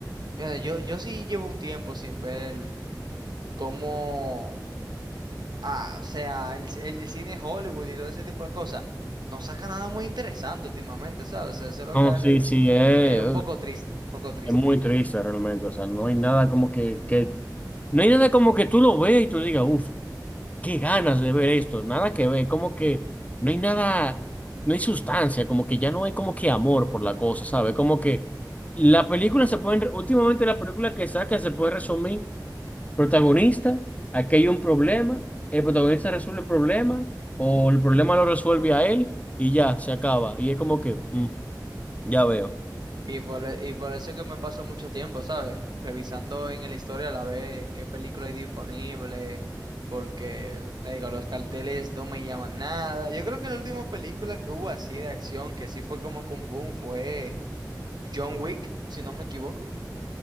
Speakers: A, on the right (about 70°); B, on the left (about 20°).
A: Mira, yo, yo sí llevo un tiempo sin ver cómo. ah, o sea, el, el cine Hollywood y todo ese tipo de cosas, no saca nada muy interesante últimamente, ¿sabes? O sea, eso es lo
B: No,
A: que
B: sí,
A: le-
B: sí, eh.
A: es un poco triste, un poco triste.
B: Es muy triste realmente, o sea, no hay nada como que, que, no hay nada como que tú lo veas y tú digas, uff, qué ganas de ver esto, nada que ver, como que no hay nada, no hay sustancia, como que ya no hay como que amor por la cosa, ¿sabes? Como que la película se puede, últimamente la película que saca se puede resumir, protagonista, aquí hay un problema, el protagonista resuelve el problema, o el problema lo resuelve a él, y ya, se acaba, y es como que, mm, ya veo.
A: Y por, e- y por eso es que me paso mucho tiempo, ¿sabes? Revisando en la historia a la vez qué película hay disponible, porque, te digo, los carteles no me llaman nada. Yo creo que la última película que hubo así de acción, que sí fue como que un boom, fue John Wick, si no me equivoco.